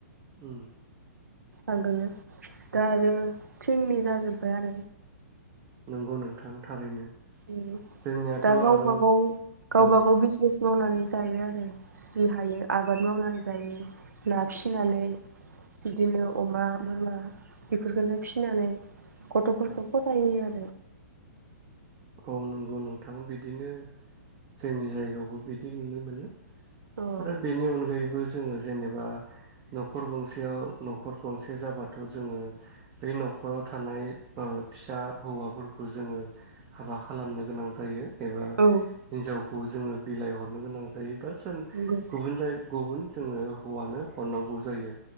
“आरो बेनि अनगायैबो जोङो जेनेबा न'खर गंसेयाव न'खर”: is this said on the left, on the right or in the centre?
Right